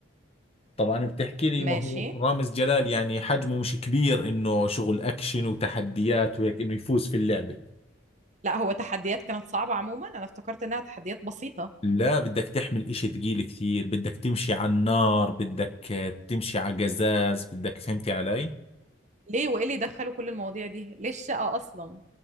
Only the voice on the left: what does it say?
طبعا بتحكي لي ما
هو رامز جلال يعني حجمه مش كبير انه شغل اكشن وتحديات وهيك انه يفوز في اللعبة
لا بدك تحمل اشي ثقيل كثير بدك تمشي على النار بدك آه، تمشي على قزاز بدك فهمتي علي